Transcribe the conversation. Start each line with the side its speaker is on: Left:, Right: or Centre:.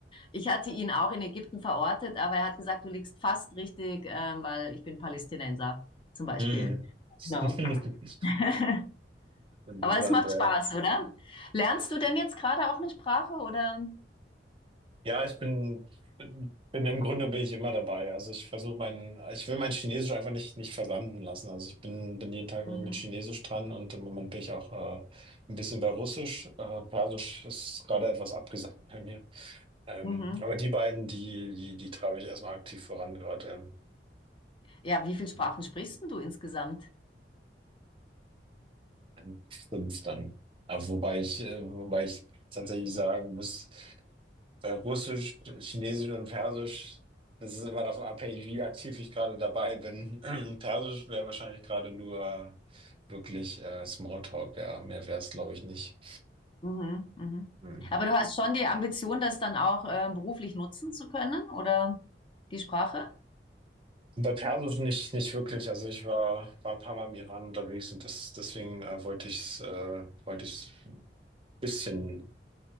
Left: Ich hatte ihn auch in Ägypten verortet, aber er hat gesagt, du liegst fast richtig, ähm, weil ich bin Palästinenser zum Beispiel.
Right: Mhm. <laughs>
Left: Genau. <laughs>
Right: Interessant,
Left: aber es macht
Right: ja.
Left: Spaß, oder? Lernst du denn jetzt gerade auch eine Sprache oder?
Right: Ja, ich bin, bin im Grunde bin ich immer dabei. Also ich versuche mein, ich will mein Chinesisch einfach nicht, nicht versanden lassen. Also ich bin, bin jeden Tag
Left: Mhm.
Right: mit Chinesisch dran und im Moment bin ich auch äh, ein bisschen bei Russisch. Äh, Persisch ist gerade etwas abgesagt bei mir. Ähm,
Left: Mhm.
Right: aber die beiden, die, die, die treibe ich erstmal aktiv voran gerade.
Left: Ja, wie viele Sprachen
Right: Ähm,
Left: sprichst denn du insgesamt?
Right: ähm, fünf dann. Aber wobei ich, äh, wobei ich tatsächlich sagen muss, Äh, Russisch, Chinesisch und Persisch, das ist immer davon abhängig, wie aktiv ich gerade dabei bin. <clears throat> Persisch wäre wahrscheinlich gerade nur wirklich äh, Smalltalk, ja. Mehr wäre es, glaube ich, nicht.
Left: Mhm, mhm.
Right: Hm.
Left: Aber du hast schon die Ambition, das dann auch ähm, beruflich nutzen zu können, oder die Sprache?
Right: Und bei Persisch nicht, nicht wirklich. Also ich war, war ein paar Mal im Iran unterwegs und das, deswegen äh, wollte ich es äh, wollte ich ein bisschen